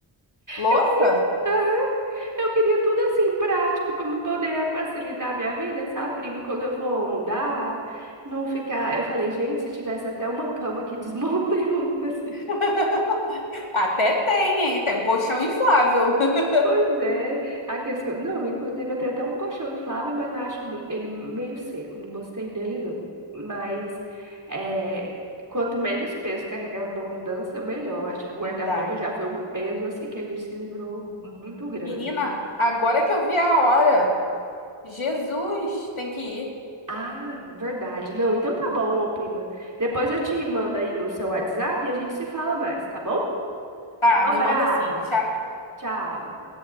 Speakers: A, on the left (about 70°); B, on the right (about 35°).
A: Louça?
B: Eu queria, Aham, eu queria tudo assim prático para me poder facilitar a minha vida, sabe, primo, quando eu for mudar, não ficar, eu falei, gente, se tivesse até uma cama que desmonta <laughs> e monta assim.
A: <laughs> Até tem, hein? Tem um colchão inflável. <laughs>
B: Pois é, aqueles que... Não, inclusive eu tenho até um colchão inflável, mas eu acho mu- ele meio seco, não gostei dele não. Mas é, quanto menos peso carregar numa mudança, melhor. Acho que o guarda-roupa
A: Verdade.
B: já foi um peso assim que a gente se livrou muito grande.
A: Menina, agora que eu vi a hora, Jesus, tem que ir.
B: Ah, verdade. Não, então tá bom, ô prima. Depois eu te mando aí no seu WhatsApp e a gente se fala mais, tá bom?
A: Tá,
B: Um
A: me
B: abraço.
A: manda assim. Tchau.
B: Tchau.